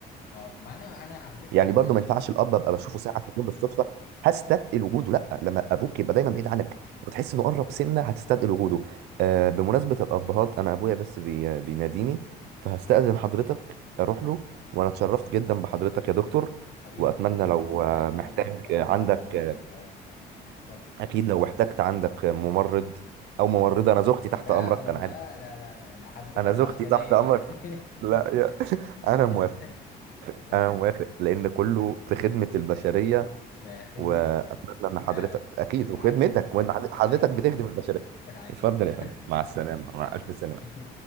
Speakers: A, on the left; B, on the right.
A: اه ما انا انا على فكرة
B: يعني
A: موازن
B: برضو ما ينفعش الاب ابقى بشوفه ساعه في اليوم بالصدفه هستثقل وجوده لا لما ابوك يبقى دايما بعيد عنك وتحس انه قرب سنه هتستثقل وجوده آه بمناسبه الابهات انا ابويا بس بي بيناديني فهستأذن حضرتك اروح له وانا اتشرفت جدا بحضرتك يا دكتور
A: حبيبي
B: واتمنى
A: حبيبي
B: لو
A: ربنا
B: آه،
A: يديله
B: محتاج
A: طولة العمر
B: آه، عندك
A: ويديك
B: آه،
A: طولة العمر طبعا اتفضل
B: اكيد لو احتجت عندك آه، ممرض او ممرضه انا زوجتي تحت
A: ده
B: امرك
A: مو...
B: انا
A: ما-
B: عارف
A: لا لا لا لا حضرتك
B: انا زوجتي
A: اخ ليا
B: تحت امرك
A: يعني
B: لا يا <laughs> انا
A: <laughs>
B: موافق
A: تمام
B: انا موافق لان كله في خدمة البشرية
A: في خدمتي
B: واتمنى ان حضرتك
A: تمام
B: اكيد
A: في
B: وخدمتك
A: رعاية الله
B: وان
A: في
B: حضرتك
A: رعاية الله
B: بتخدم البشريه
A: في رعاية
B: اتفضل
A: الله
B: يا فندم مع
A: <laughs>
B: السلامه
A: حبيبي
B: مع
A: حبيبي
B: الف سلامه
A: حبيبي